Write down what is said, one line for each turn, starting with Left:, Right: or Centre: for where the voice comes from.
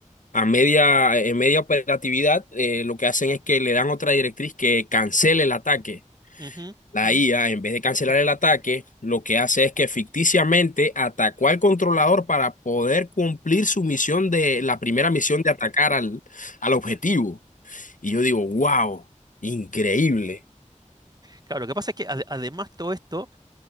Left: a media, en media operatividad, eh, lo que hacen es que le dan otra directriz que cancele el ataque
Right: ujú.
Left: la IA, en vez de cancelar el ataque, lo que hace es que ficticiamente atacó al controlador para poder cumplir su misión de la primera misión de atacar al, al objetivo. Y yo digo, wow, increíble.
Right: Claro, lo que pasa es que ade- además todo esto,